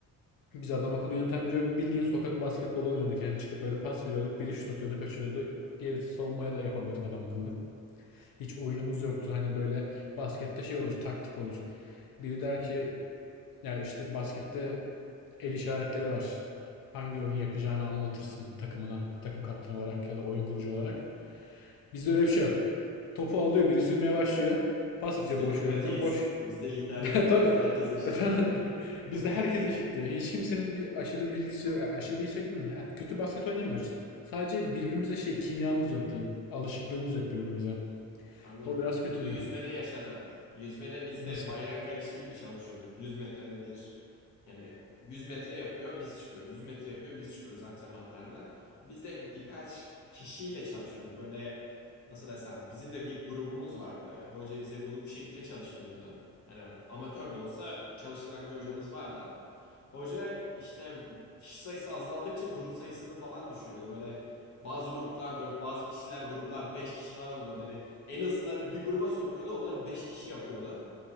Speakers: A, on the left (about 75°); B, on the left (about 55°).
A: Biz adam akıllı yöneten biri yok. Bildiğin sokak basketbolu oynuyorduk. Yani çıkıp böyle pas veriyorduk. Biri şut atıyordu, kaçırıyordu. Gerisi savunmaya da yapamıyorduk adam akıllı. Hiç oyunumuz yoktu. Hani böyle baskette şey olur, taktik olur. Biri der ki Ya işte baskette el işaretleri var. Hangi oyun yapacağını anlatırsın takımına, takım kaptanı olarak ya da oyun kurucu olarak. Bizde öyle bir şey yok. Topu alıyor biri sürmeye başlıyor. Pas
B: Biz
A: atıyor
B: demokratiyiz.
A: boş yoruna. Boş.
B: Bizde lider
A: <laughs>
B: yok.
A: Tabii.
B: Bizde herkes eşit.
A: <laughs> Bizde
B: <laughs>
A: herkes eşit diyor. Hiç kimsenin bir aşırı bilgisi yok. E, Aşırı bilgisi yok değil mi? Ha, Kötü basket oynamıyoruz. Sadece birbirimize şey kimyamız yok diyeyim. Alışıklığımız yok birbirimize.
B: Anladım.
A: O biraz kötüydü.
B: Bunu yüzmede yaşadım. Yüzmede biz
A: Nasıl?
B: de bayrak yarışı gibi çalışıyorduk. 100 metrede bir yani 100 metre yapıyor biz çıkıyoruz. 100 metre yapıyor biz çıkıyoruz antrenmanlarda. Biz de birkaç kişiyle çalışıyorduk. Böyle nasıl desem bizim de bir grubumuz vardı. Hoca bize bunu bu şekilde çalıştırıyordu. Hani amatör de olsa çalıştıran bir hocamız vardı. Hoca işte kişi sayısı azaldıkça grup sayısını falan düşürüyordu. Böyle bazı gruplar dört bazı kişiler gruplar 5 kişi falan oluyordu. Hani en hızlıları bir gruba sokuyordu. Onları 5 kişi yapıyordu.